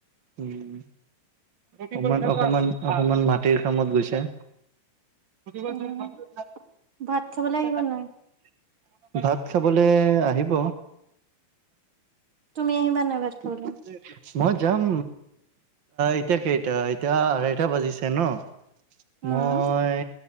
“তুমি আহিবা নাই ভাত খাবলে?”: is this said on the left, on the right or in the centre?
Right